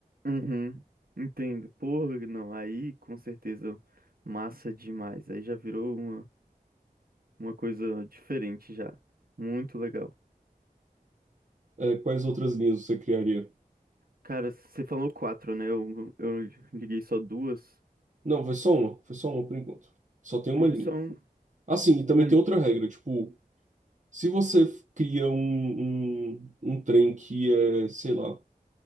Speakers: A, on the right (about 70°); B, on the right (about 50°).
A: Uhum, entendo. Porra, não, aí com certeza massa demais. Aí já virou uma, uma coisa diferente já. Muito legal.
B: É, quais outras linhas você criaria?
A: Cara, você falou quatro, né? Eu, eu liguei só duas.
B: Não, foi só uma, foi só uma por enquanto. Só tem uma
A: foi Profissão.
B: linha. Assim, e também
A: Ai.
B: tem outra regra, tipo, se você f- cria um, um, um trem que é, sei lá,